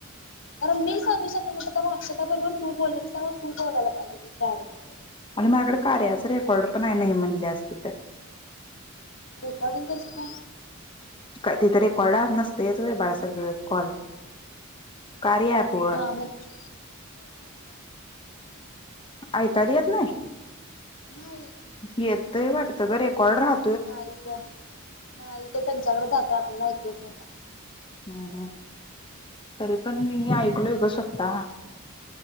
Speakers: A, on the left (about 60°); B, on the left (about 25°).
A: कारण मी सांगू शकलो नव्हतो कारण अक्षता बरोबर तू बोलेलीस त्यामुळे तू बोलाला पाहिजे- तूच डारेक्टतेन-
B: आणि माझ्याकडे कार्याच रेकॉर्ड पण आहे नाही म्हणली असती तर.
A: रेकॉर्डिंग कसं काय?
B: काय तिथ रेकॉर्ड आं नसयतंच व्हय बाळा सगळं कॉल- कार्या ऍप वर
A: हां म्ह-
B: आयकाय येत नाय?
A: नाही-
B: येतय वाटतं गं रेकॉर्ड राह-
A: नाही गं नाही ते त्यांच्याकडे जातय आपल्याला ऐकू येत नाही काय.
B: हां हां तरी पण मी ऐकलोय गं स्वतः.